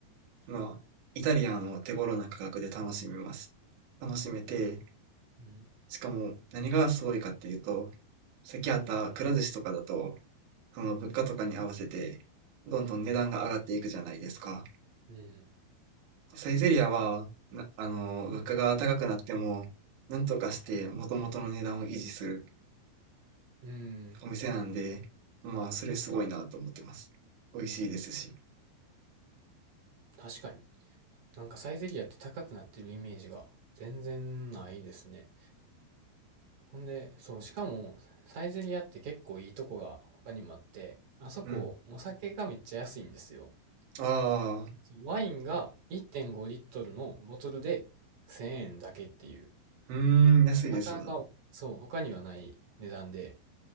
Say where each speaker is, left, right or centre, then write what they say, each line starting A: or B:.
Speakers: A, on the right (about 70°); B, on the right (about 40°).
A: まあ、イタリアンを手頃な価格で楽しめます。楽しめて、
B: うん。
A: しかも何がすごいかっていうと、さっきあったくら寿司とかだと、その物価とかに合わせて、どんどん値段が上がっていくじゃないですか。
B: うん。
A: サイゼリアは、な、あの、物価が高くなっても、なんとかして元々の値段を維持する
B: うん。
A: お店なんで、まあ、それすごいなと思ってます。美味しいですし。
B: 確かに。なんかサイゼリアって高くなってるイメージが全然ないですね。ほんで、そう、しかも、サイゼリアって結構いいとこが他にもあって、あそこ、
A: うん。
B: お酒がめっちゃ安いんですよ。
A: ああ、
B: ワインが1.5リットルのボトルで1000円だけっていう、
A: うーん、安いですね。
B: なかなか、そう、他にはない値段で